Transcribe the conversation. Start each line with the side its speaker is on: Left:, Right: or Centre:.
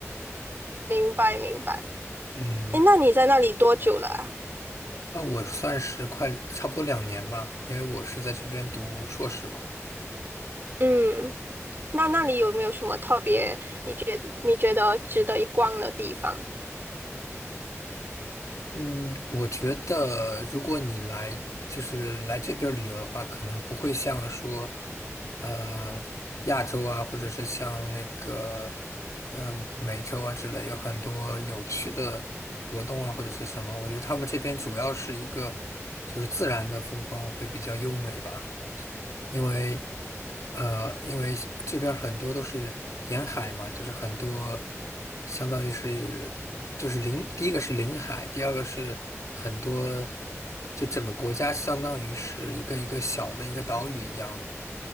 Right: 明白明白。
Left: 嗯，
Right: 诶，那你在那里多久了啊？
Left: 那我算是快差不多两年吧，因为我是在这边读硕士嘛。
Right: 嗯，那那里有没有什么特别你觉你觉得值得一逛的地方？
Left: 嗯，我觉得如果你来就是来这边儿旅游的话，可能不会像说，呃，亚洲啊，或者是像那个，嗯、美洲啊之类，有很多有趣的活动啊，或者是什么。我觉得他们这边主要是一个就是自然的风光会比较优美吧。因为呃，因为这边儿很多都是沿海嘛，就是很多相当于是就是临，第一个是临海，第二个是很多，就整个国家相当于是一个一个小的一个岛屿一样